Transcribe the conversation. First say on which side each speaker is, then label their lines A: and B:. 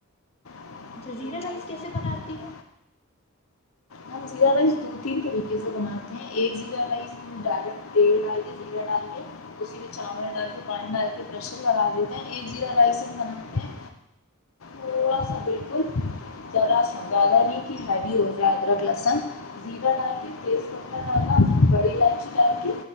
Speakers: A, on the left (about 70°); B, on the left (about 30°).
A: پلین
B: اچھا زیرا رائس کیسے
A: نہیں
B: بناتی
A: بنتا
B: ہوں
A: ہم زیرہ رائس دو تین طریقے سے بناتے ہیں ایک زیرہ رائس ہم ڈائریکٹ تیل ڈال کے زیرہ ڈال کے اسی میں چاول ڈال کے پانی ڈال کے پریشر لگا دیتے ہیں ایک زیرہ رائس ہم بناتے ہیں تھوڑا سا بالکل ذرا سا زیادہ نہیں کہ ہیوی ہو جاتا ادرک لہسن زیرا ڈال کے تیز پا ڈالا بڑی الائچی ڈال کے